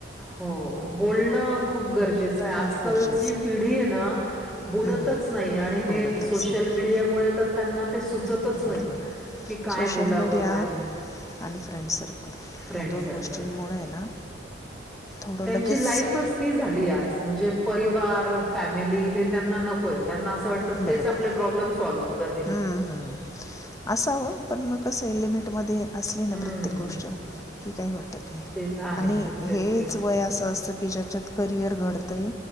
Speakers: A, in the centre; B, on the left.
A: हो बोलणं खूप गरजेचं आजकालची
B: खूप गरजेचं
A: पिढी आहे ना
B: आहे
A: बोलतच नाही आणि
B: बोलतच
A: हे सोशल
B: नाही
A: मीडियामुळे त्यांना ते सुचतच नाही
B: बरोबर आहे
A: कि काय
B: सोशल
A: बोलावं
B: मीडिया
A: काय
B: आणि फ्रेंड सर्कल
A: फ्रेंड
B: या दोन
A: सर्कल.
B: गोष्टींमुळे ना येवढं
A: त्यांची
B: लगेच
A: लाईफच ती झाली आज म्हणजे परिवार फॅमिली हे त्यांना नकोय त्यांना असं वाट तर
B: बरोबर
A: तेच आपले प्रॉब्लेम सॉल्व करतील.
B: हम्म हम. असावं पण मग कसं लिमिटमध्ये असली ना
A: हं.
B: प्रत्येक गोष्ट की काही वाटत नाही.
A: ते तर आहे
B: आणि
A: प्रत्येक
B: हेच
A: गोष्टीचं.
B: वय असं असतं की ज्याच्यात करिअर घडतंय